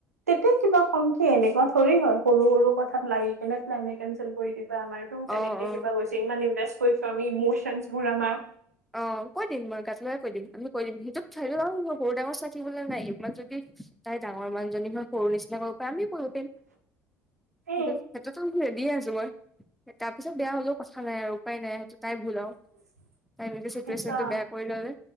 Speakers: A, on the right (about 90°); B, in the centre.
A: তেতিয়া কিবা কম কি এনেকুৱা ঠৰে হয় সৰু সৰু কথাত লাগি কিনে প্লেনে কেনচেল কৰি দিবা আমাৰ। তেওঁ তেনেকে
B: অ অ
A: কিবা কৈছে ইমান ইমপ্ৰেষ্ট কৰিছোঁ আমি ইমোচনচ বোৰ আমাৰ।
B: অ কৈ দিম মই গাত লগাকে কৈ দিম আমি কৈ দিম সিটোত সেইটোত আৰু মই সৰু ডাঙৰ পাতিবলৈ নাই। ইমান যদি তাই ডাঙৰ মানুহজনী হৈ সৰু নিচিনা কৰিব পাৰে আমিও কৰিব পাৰিম। সেইটো
A: এ
B: সেইটোতো আমি ৰেডিয়ে আছোঁ মই, তাৰ পিছত বেয়া হ'লেও কথা নাই আৰু উপায় নাই সেইটো তাই ভুল আৱ।
A: <inaudible>
B: তাই নিজে চিটুৱেচনটো
A: সঁচা
B: বেয়া কৰি ল'লে